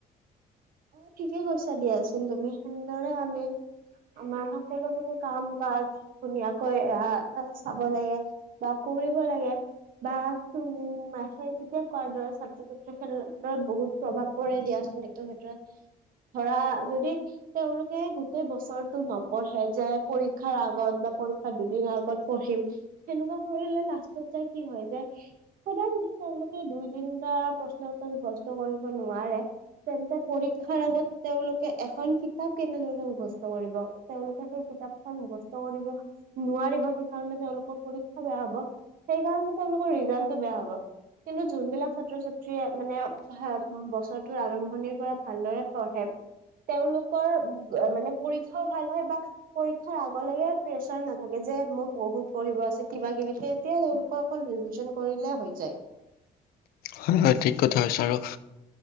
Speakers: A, on the right; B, on the left.
A: অ', ঠিকেই কৈছা। দিয়া চোন, তুমি চেনেদৰে, আমি আমাৰ সকলোখিনি কাম-কাজ ধুনীয়াকৈ কৰিব লাগে। বা, কৰিব লাগে। বা, উম, তেতিয়া কোৱাৰ দৰে, ছাত্ৰ-ছাত্ৰীৰ ক্ষেত্ৰত বহুত প্ৰভাৱ পৰে। দিয়া চোন, নেকি? তাৰ ভিতৰত, ধৰা যদি তেওঁলোকে গোটেই বছৰটো নপঢ়ে ভাবে যে, পৰীক্ষাৰ আগত বা পৰীক্ষাৰ দুদিন আগত পঢ়িম। চেনেকুৱা কৰিলে, লাষ্টত কি হয় যে সদায়, যদি তেওঁলোকে দুই-তিনিটা প্ৰশ্নৰ উত্তৰ দিব নোৱাৰে তেন্তে, পৰীক্ষাৰ আগত তেওঁলোকে এখন কিতাপ কেনেদৰে শেষ কৰিব? তেওঁলোকে সেই কিতাপখন মুখস্থ কৰিব নোৱাৰিব। সেইকাৰণে তেওঁলোকৰ পৰীক্ষা বেয়া হ'ব। সেইকাৰণে, তেওঁলোকৰ ৰিজাল্টটো বেয়া হ'ব। কিন্তু, যোনবিলাক ছাত্ৰ-ছাত্ৰীয়ে, মানে, বছৰটোৰ আৰম্ভণিৰ পৰাই পৰাই ভালদৰে পঢ়ে, তেওঁলোকৰ, মানে, পৰীক্ষাও ভাল হয়। পৰীক্ষাৰ আগেয়ে তেওঁলোকৰ প্ৰেচাৰ নাথাকে যে, মোৰ বহুত পঢ়িব আছে, এতিয়া কিবা-কিবি তেতিয়াই অ', অকল ৰিভিজন কৰিলেই হৈ যায়।
B: হয় হয়, ঠিক কথা হৈছে, আৰু